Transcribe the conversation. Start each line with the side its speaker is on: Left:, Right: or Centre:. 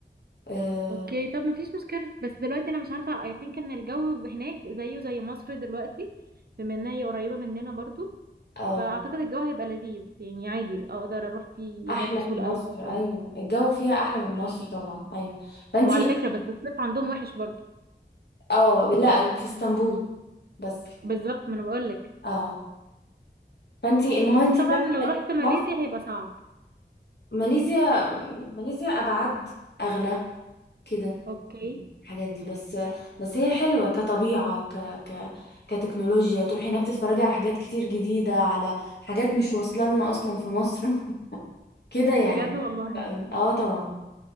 Left: اه
Right: اوكي طب مفيش مشكلة بس دلوقتي انا مش عارفة I think ان الجو هناك زيه زي مصر دلوقتي بما انها هي قريبة مننا برضو
Left: آه.
Right: فاعتقد الجو هيبقى لذيذ يعني عادي اقدر اروح فيه
Left: احلى
Right: هناك بسهوله
Left: من مصر
Right: قوي الفتره
Left: ايوه
Right: دي
Left: الجو فيها احلى من مصر طبعا ايوه فانتي
Right: وعلى فكره بس الصيف عندهم وحش برضه
Left: اه لا في اسطنبول بس
Right: بالظبط ما انا بقول لك
Left: اه فانتي ما هو انتي
Right: طبعا
Left: بقى
Right: لو
Left: خليكي
Right: رحت ماليزيا
Left: في مصر
Right: هيبقى صعب
Left: ماليزيا ماليزيا أبعد أغلى كده
Right: اوكي
Left: الحاجات دي بس بس هي حلوة كطبيعة ك ك كتكنولوجيا تروحي هناك تتفرجي على حاجات كتير جديدة على حاجات مش واصلة لنا أصلا في مصر <laughs> كده يعني
Right: بجد والله
Left: حلوة أوي. اه طبعا